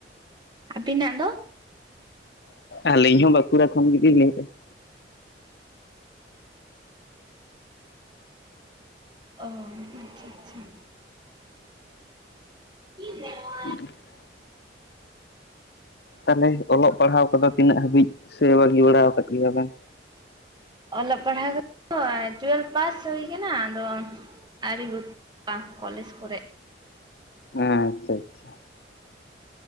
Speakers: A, on the right (about 25°); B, on the left (about 60°).
A: ᱟᱵᱤᱱᱟ ᱫᱚ?
B: ᱟᱹᱞᱤᱧ ᱦᱚᱸ ᱵᱟᱸᱠᱩᱲᱟ ᱠᱷᱚᱱ ᱜᱮᱞᱤᱧ ᱞᱟᱹᱭᱫᱟ ᱾
A: ᱚ ᱟᱪᱪᱷᱟ ᱟᱪᱪᱷᱟ ᱾ <unintelligible>
B: <unintelligible> ᱛᱟᱦᱚᱞᱮ ᱚᱞᱚᱜ ᱯᱟᱲᱦᱟᱣ ᱠᱚᱫᱚ ᱛᱤᱱᱟᱹᱜ ᱦᱟᱹᱵᱤᱡ ᱥᱮ ᱵᱟᱹᱜᱤ ᱵᱟᱲᱟ ᱟᱠᱟᱫ ᱜᱮᱭᱟ ᱵᱮᱱ?
A: ᱚᱞᱚᱜ ᱯᱟᱲᱦᱟᱣ ᱠᱚ ᱴᱩᱣᱮᱞ ᱯᱟᱥ ᱦᱩᱭ ᱠᱟᱱᱟ ᱟᱫᱚ ᱟᱹᱣᱨᱤ ᱵᱷᱩᱨᱛᱤᱟ ᱠᱚᱞᱮᱡ ᱠᱚᱨᱮ,
B: ᱦᱮᱸ ᱟᱪᱪᱷᱟ ᱟᱪᱪᱷᱟ ᱾